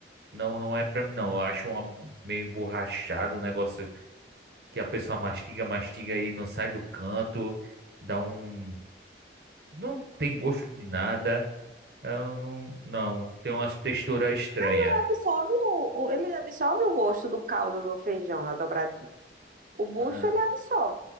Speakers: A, on the right; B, on the right.
A: não, não é pra mim não. Eu acho uma, meio emborrachado o negócio que a pessoa mastiga, mastiga e não sai do canto, dá um, não tem gosto de nada. Eu não, não, tem uma textura estranha.
B: Mas ele absorve o, o- ele absorve o gosto do caldo do feijão na dobradinha. O bucho
A: Ah,
B: ele absorve.